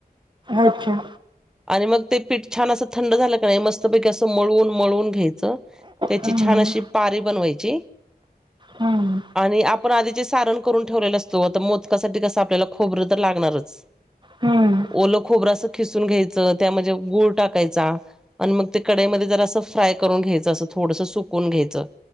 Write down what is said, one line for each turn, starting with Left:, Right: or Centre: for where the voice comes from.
Right: अच्छा.
Centre: आणि मग ते पीठ छान असं थंड झालं का नाही मस्त पैकी असं मळून मळून घ्यायचं त्याची
Right: हम्म
Centre: छान अशी पारी बनवायची
Right: हम्म
Centre: आणि आपण आधीजे सारण करून ठेवलेले असतो आता मोदकासाठी कसं आपल्याला खोबरं तर लागणारच
Right: हम्म
Centre: ओलं खोबर अस खिसून घ्यायचं त्या म्हजे गुळ टाकायचा आणि मग ते कडाईमध्ये जरासं फ्राय करून घ्यायचं असं थोडंस सुकून घ्यायचं